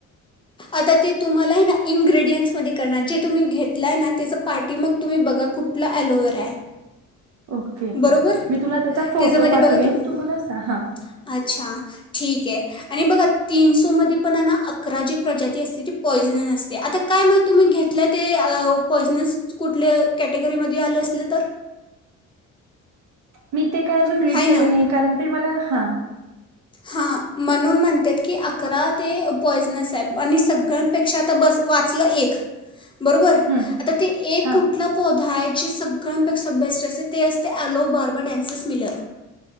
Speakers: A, on the left (about 15°); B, on the right (about 70°).
A: आता ते तुम्हाला हेना इन्ग्रेडियंट्स मध्ये कळणार. जे तुम्ही घेतलंय ना, त्याच पाठी मग तुम्ही बघा कुठला अलोवेरा आहे.
B: ओके
A: बरोबर.
B: मी तुला त्याचा फोटो
A: त्याच्यामध्ये
B: पाठवेन
A: बघा ते <unintelligible> फोटो
B: तू
A: पाठवीन.
B: मला सांग हा
A: अच्छा ठीके आणि बघा तीनशोमध्ये पण ना अकरा जी प्रजाती असते ती पॉइझनर असते. आता काय माहीत तुम्ही घेतलं ते पॉइझनस कुठल्या कॅटेगरीमध्ये आलं असलं तर?
B: मी <unintelligible> ते काय अजून रीड
A: आहे
B: केलेल
A: ना
B: नाही. कारण ते मला हा
A: हा म्हणून म्हणत्यात.. की अकरा ते पॉइझनेस आहे. आणि सगळ्यांपेक्षा आता बस वाचलं एक. बरोबर..
B: हम्म
A: आता ते एक
B: हा
A: कुठला पौधा आहे? ची सगळ्यांपेक्षा बेस्ट असते.. ते असते एलो बार्बा डान्सेस मिलर.